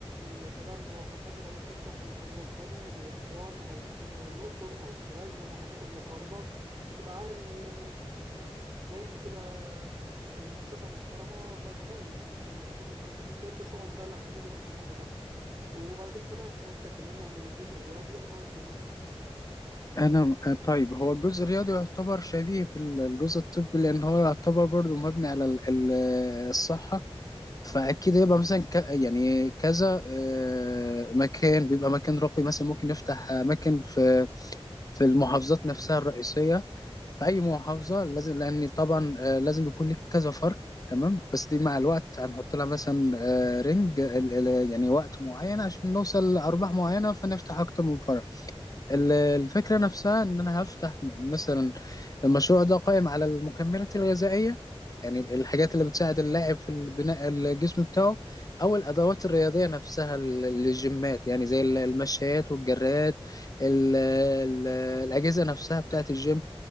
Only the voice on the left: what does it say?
أنا طيب هو الجزء الرياضي يعتبر شبيه بالجزء الطبي لأن هو يعتبر برضو مبني على ال- ال- الصحة فأكيد يبقى مثلا ك... يعني كذا آه، مكان بيبقى مكان رقمي مثلا ممكن نفتح أماكن في في المحافظات نفسها الرئيسية في اي محافظه لازم لان طبعا آه، لازم يكون لك كذا فرد تمام بس دي مع الوقت هنحط لها مثلا آه، رينج ال- ال- يعني وقت معين عشان نوصل لارباح معينه فنفتح اكتر من فرع ال- الفكره نفسها ان انا هفتح مثلا المشروع ده قائم على المكملات الغذائيه يعني الحاجات اللي بتساعد اللاعب في البناء الجسم بتاعه او الادوات الرياضيه نفسها لل- للجيمات يعني زي ال- المشايات والجرات ال- ال- الاجهزه نفسها بتاعه الجيم